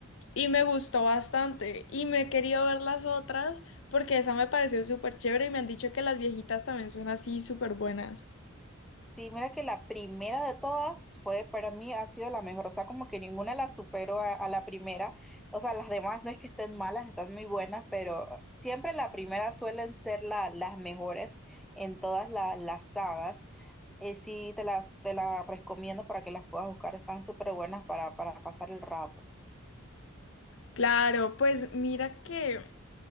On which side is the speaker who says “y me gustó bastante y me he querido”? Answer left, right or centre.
Left